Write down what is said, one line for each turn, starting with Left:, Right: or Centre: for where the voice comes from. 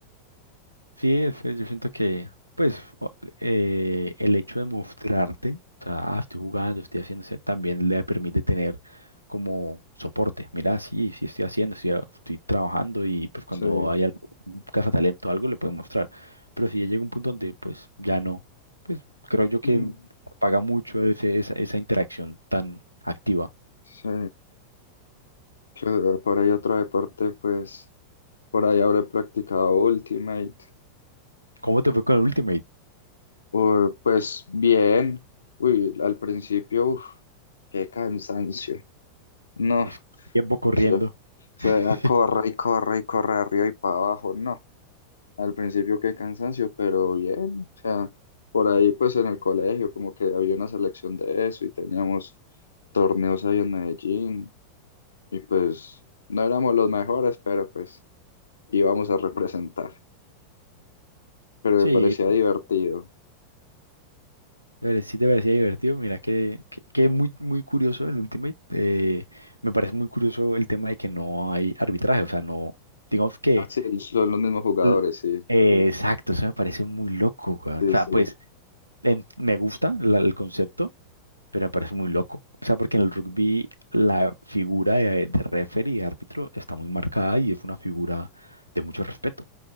Right: Sí, es- eh, yo siento que, pues, o- eh, el hecho de mostrarte, o sea, ah, estoy jugando, estoy haciendo, o sea, también le permite tener como soporte. Mira, sí, sí estoy haciendo, estoy, a- estoy trabajando y pues cuando
Left: sí.
Right: hay algo, un cazatalento o algo, le pueden mostrar. Pero si ya llega un punto donde, pues, ya no, pues, creo yo que
Left: Mm.
Right: paga mucho ese, esa, esa interacción tan activa.
Left: Sí, que por ahí otro deporte, pues. Por ahí habré practicado Ultimate.
Right: ¿Cómo te fue con el Ultimate?
Left: O, pues bien. Uy, al principio, uff, qué cansancio. No,
Right: Pues, tiempo corriendo.
Left: eso, eso
Right: <laughs>
Left: era corre y corre y corre arriba y para abajo. No, al principio qué cansancio, pero bien. O sea, por ahí pues en el colegio como que había una selección de eso y teníamos torneos ahí en Medellín. Y pues no éramos los mejores, pero pues íbamos a representar. Pero
Right: Sí,
Left: me parecía divertido.
Right: la verdad sí te parecía divertido. Mira que, que, que muy, muy curioso el Ultimate. eh, me parece muy curioso el tema de que no hay arbitraje. O sea, no, digamos que...
Left: Ah, sí, son los mismos jugadores,
Right: l-
Left: sí,
Right: eh, exacto, eso me parece muy loco, weón.
Left: sí,
Right: O sea,
Left: sí,
Right: pues em, me gusta la- el concepto. pero me parece muy loco. O sea, porque en el rugby la figura de, de referee y árbitro está muy marcada y es una figura de mucho respeto.